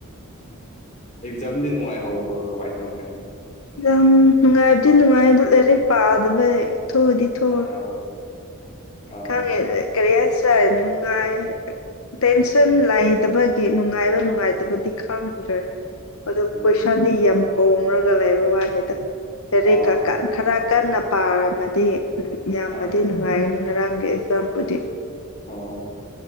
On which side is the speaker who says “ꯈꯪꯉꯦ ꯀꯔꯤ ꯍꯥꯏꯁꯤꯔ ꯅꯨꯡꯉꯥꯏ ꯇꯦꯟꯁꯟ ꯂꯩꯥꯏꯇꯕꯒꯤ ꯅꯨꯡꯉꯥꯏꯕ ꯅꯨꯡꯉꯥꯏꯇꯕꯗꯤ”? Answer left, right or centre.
Left